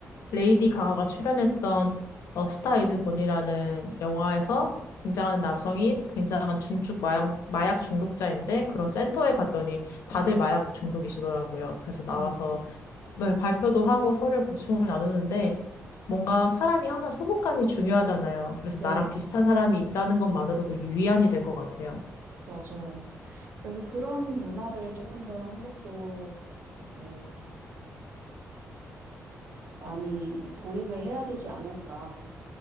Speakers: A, on the left; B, on the right.
A: 레이디 가가가 출연했던 어, 스타 이즈 본이라는 영화에서 등장하는 남성이 굉장한 중증 마약, 마약 중독자인데 그런 센터에 갔더니 다들 마약 중독이시더라고요. 그래서 나와서
B: 어, 네.
A: 네, 발표도 하고 서로의 고충을 나누는데 뭔가 사람이 항상 소속감이 중요하잖아요. 그래서
B: 네.
A: 나랑 비슷한 사람이 있다는 것만으로도 유의안이 될 것 같아요.
B: 맞아요. 그래서 그런 문화를 조금 더 한국도 이제 많이 도입을 해야 되지 않을까.